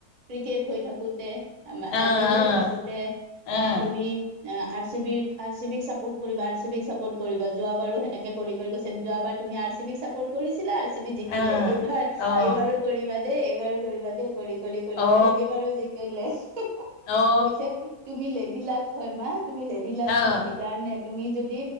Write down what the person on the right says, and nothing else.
ক্ৰিকেট হৈ থাকোতে,
আই-পি-এল
হৈ থাকোতে,
মা তুমি আৰ-চি-বি, আৰ-চি-বিক চাপোৰ্ট কৰিবা। আৰ-চি-বিক চাপোৰ্ট কৰিবা। যোৱাবাৰো সেনেকে কৰি কৈছে, যোৱাবাৰ <unintelligible> তুমি আৰচিবিক চাপৰ্ট কৰিছিলা, আৰচিবি জিকিলে।
এইবাৰ,
এইবাৰো কৰিবা দেই। এইবাৰো কৰিবা দেই। কৰি-কৰি-কৰি
এইবাৰো জিকিলে। <unintelligible>
কৈছে তুমি লেদিলাক। <unintelligible> তুমি লেডিলাক
হয়। সেইকাৰণে তুমি যদি